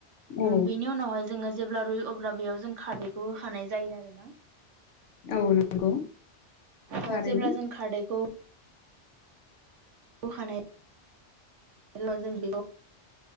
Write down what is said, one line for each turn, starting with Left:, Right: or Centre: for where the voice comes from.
Left: औ
Right: बिनि उनावहाय जोङो जेब्ला रुइयो अब्ला बेयाव जों खारदैखौ होखानाय जायो आरो ना
Left: औ नंगौ
Right: ओ
Left: थारैनो
Right: जेब्ला जों खारदैखौ होखानाय <unintelligible>